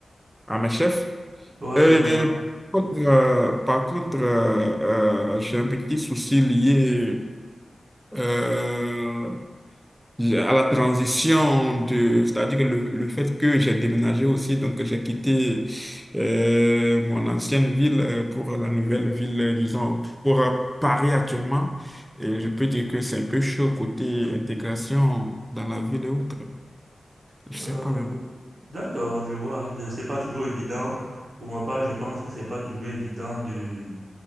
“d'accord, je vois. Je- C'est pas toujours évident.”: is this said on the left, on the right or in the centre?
Right